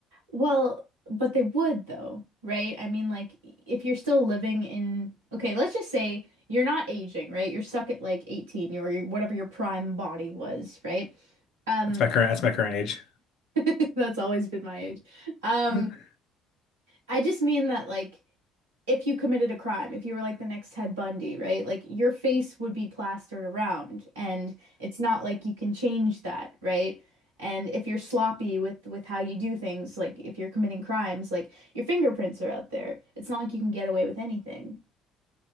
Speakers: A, on the right; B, on the left.
A: Well, but they would, though, right? I mean, like, if you're still living in, okay, let's just say you're not aging, right? You're stuck at like 18 or your, whatever your prime body was, right? Um,
B: That's my current that's my current age.
A: <laughs> that's always been my age. Um,
B: <laughs>
A: I just mean that like if you committed a crime, if you were like the next Ted Bundy, right? Like your face would be plastered around and it's not like you can change that, right? And if you're sloppy with with how you do things, like if you're committing crimes, like your fingerprints are out there. It's not like you can get away with anything.